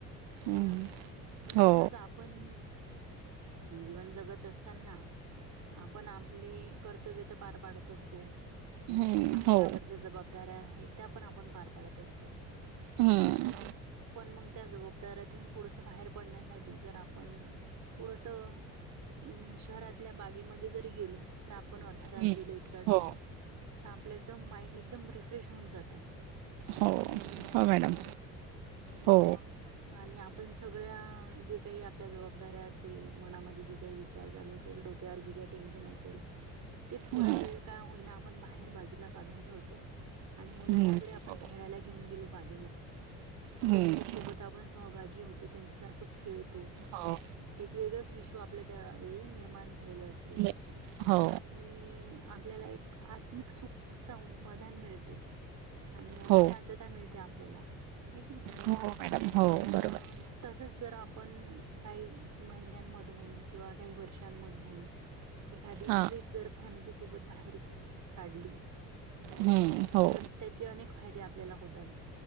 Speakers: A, on the right (about 85°); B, on the right (about 50°).
A: हम्म
B: ह ना तर
A: हो
B: तसच आपण जीवन जगत असताना आपण आपले कर्तव्य पार पाडत असतो
A: हम्म
B: आपल्यावर
A: हो
B: ज्या जबाबदाऱ्या आहेत त्या पण आपण पार पाडत असतो
A: हम्म
B: पण मग त्या ज दऱतून थोडस बाहेर पडण्यासाठी जर आपण थोडस अम शहरातल्या बागेमध्ये जरी गेलो तर आपण अर्धा तास
A: हम्म
B: गेलो एक तास
A: हो
B: गेलो तर आपलं एकदम माइंड एकदम रिफ्रेश होऊन जातो
A: हो हो मॅडम
B: आहे की नाही
A: हो
B: मग आणि आप पण सगळ्या जे काही आपल्या जबाबदाऱ्या असेल मनामध्ये जे काही विचार चालू असेल डोक्यावर जे ेशे थोडा
A: हम्म
B: वेळ काय होई आपण बाहेर बाजूला काढून ठेवतो आणि मुलांना
A: हम्म
B: जरी आपण
A: हो
B: खेळायला घेऊन गेलो बाग
A: हम्म
B: त्यांच्या सोबत आपण सहभागी होतो त्यांच्या सारख खेळतो
A: हो
B: एक वेगळंच विश्व आपल्या त्या वेळी निर्माण झालेलं असते
A: मी- हो
B: आणि आपल्याला एक आत्मिक सुख समाधान मिळते आणि
A: हो
B: शांतता मिळते आपल्याला हे की नाही
A: हो मॅडम हो
B: मग
A: बरोबर
B: तसच जर आपण काही महिन्यांमधून किंवा काही वर्षांमधून एखादी
A: हां
B: ट्रिप जर फॅमिलीसोबत बाहेर काढली
A: हम्म हो
B: तर त्याचे अनेक फायदे आपल्याला होतात